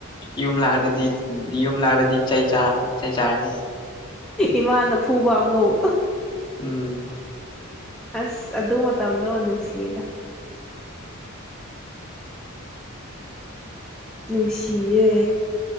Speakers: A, on the left (about 20°); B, in the centre.
A: ꯌꯨꯝ ꯂꯥꯛꯑꯕꯗꯤ ꯌꯨꯝ ꯂꯥꯛꯑꯗꯤ ꯆꯩ ꯆꯥ ꯆꯩ ꯆꯥꯔꯅꯤ
B: ꯏꯃꯥꯅ ꯐꯨꯕ ꯑꯃꯨꯛ꯫
A: ꯎꯝ꯫
B: ꯑꯁ ꯑꯗꯨ ꯃ ꯇꯝꯗꯣ꯫ ꯁꯤꯗ꯫ ꯅꯨꯡꯁꯤꯌꯦ